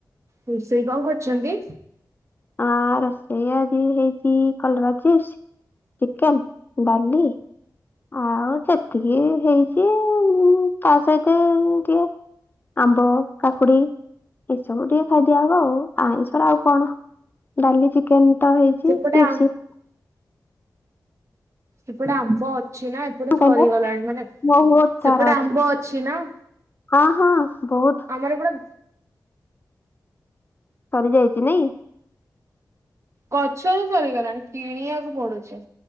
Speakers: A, on the right (about 40°); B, on the left (about 25°).
A: ରୋଷେଇ କଣ କରୁଚନ୍ତି?
B: ଆ ରୋଷେଇ ଆଜି ହେଇଛି କଲରା ଚିପ୍ସ ଚିକେନ ଡାଲି ଆଉ ସେତିକି ହେଇଛି ତା ସହିତ ଟିକେ ଆମ୍ବ, କାକୁଡି ଏଇସବୁ ଟିକେ ଖାଇ ଦିଆହବ ଆଉ। ଆଇଁଷରେ ଆଉ କଣ। ଡାଲି ଚିକେନ ତ ହେଇଛି
A: ସେପଟେ
B: ଚିପ୍ସ।
A: ଆ ସେପଟେ ଆମ୍ବ ଅଛି ନା ଏପଟେ
B: କଣ
A: ସରିଗଲାଣି
B: କହିଲ
A: ମାନେ
B: ବହୁତ ସାରା
A: ସେପଟେ ଆମ୍ବ ଅଛି ନା।
B: ହଁ ହଁ ବହୁତ।
A: ଆମର ପୁରା
B: ସରିଯାଇଛି ନାଇଁ।
A: ଗଛରେ ସରିଗଲାଣି କିଣିବାକୁ ପଡୁଛି।